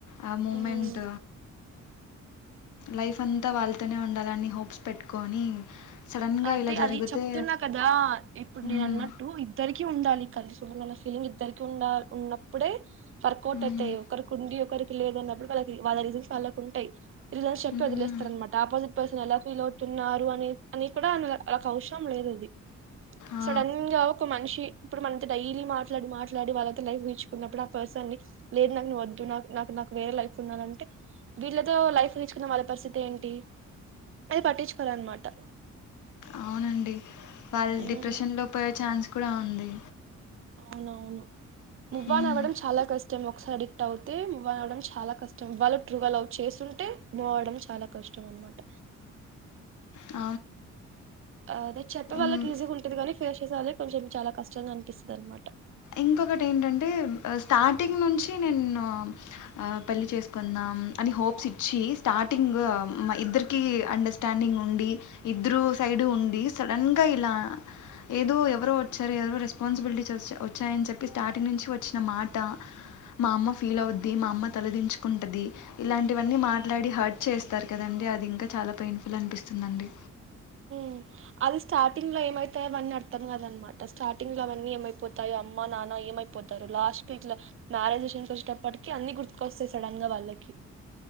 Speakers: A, on the left (about 85°); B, on the right (about 45°).
A: ఆ మూమెంట్
B: హ్మ్
A: లైఫ్ అంతా వాళ్ళతోనే ఉండాలని హోప్స్ పెట్టుకొని సడన్గా
B: అదే
A: ఇలా జరిగితే
B: అది చెప్తున్నా కదా ఇప్పుడు
A: మ్మ్,
B: నేను అనటు ఎదరికి ఉండాలి కలిసి ఫీలింగ్ ఇద్దరికి ఉండాల ఉన్నప్పుడే వర్కౌట్
A: మ్మ్,
B: అయితాయి ఒకరికి ఉండి ఒకరికి లేదన్నపు ఇప్పుడు వాళ్ళ వాళ్ళ రీజన్స్ వాళ్ళ కుంటాయి రీజన్స్ చెప్పి
A: మ్మ్.
B: వదిలేస్తారన్నమాట ఆపోజిట్ పర్సన్ ఎలా ఫీలవుతున్నారు అని అని కూడా ఆళ్ళకు అవసరం లేదు అది
A: ఆ,
B: సడన్ గా ఒక మనిషి ఇప్పుడు మన డైలీ మాట్లాడి మాట్లాడి వాళ్ళతో లైఫ్ ఊహించుకున్నప్పుడు ఆ పర్సన్ ని లేదు నాకు నువ్వు వద్దు నాకు నాకు నాకు వేరే లైఫ్ ఉండాలంటే వీళ్లతో లైఫ్ ఊహించుకున్న వాళ్ళ పరిస్థితి ఏంటి అది పట్టించుకోరు అన్నమాట
A: అవునండి వాళ్ళు
B: ఉమ్,
A: డిప్రెషన్ లో పోయే ఛాన్స్ కూడా ఉంది
B: అవునవును మూ
A: మ్మ్,
B: ఆన్ అవ్వడం చాలా కష్టం ష్టం ఒకసారి అడిక్ట్ అవుతే మూ అవ్వడం చాలా కష్టం వాళ్ళు ట్రూలవ్ చేస్తుంటే మూ అవ్వడం చాలా కష్టం కష్టం అన్నమాట
A: <inaudible> ఆ
B: ఆ అది చెప్పే వాళ్ళకి
A: మ్మ్,
B: ఈజీ ఉంటది గానీ ఫేస్ చేసే వాళ్ళ కొంచెం చాలా కష్టంగా అనిపిస్తది దన్నమాట
A: ఇంకొకటి ఏంటంటే స్టార్టింగ్ నుంచి నేను పెళ్ళి చేసుకుందాం అని హోప్స్ ఇచ్చి స్టార్టింగ్ ఇద్దరికి అండర్ స్టాండింగ్ ఉండి ఇద్దరు సైడ్ ఉండి సడన్ గా ఇలా ఏదో ఎవరో వచ్చారు ఎవేవో రెస్పాన్సిబిలిటీ వ చ్చాయని చెప్పి స్టార్టింగ్ నుంచి వచ్చిన మాట మా అమ్మ ఫీల్ అవుద్ది మా అమ్మ తలదించుకుంటది ఇలాంటివన్నీ మాట్లాడి హర్ట్ చేస్తారు కదండి అది ఇంకా చాలా పెయిన్ ఫుల్ అనిపిస్తుందండి
B: మ్ అది స్టార్టింగ్ లో ఏమైతాో అవన్నీ అర్థం కాద అనమాట స్టార్టింగ్ లో అవన్నీ ఏమైపోతాయి అమ్మ నాన్న ఏమైపోతారు లాస్ట్ వీక్ లో మ్యారేజ్షన్స్ వచ్చేటప్పటికకి అన్ని గుర్తుకొస్తాయి సడన్ గా వాళ్ళకి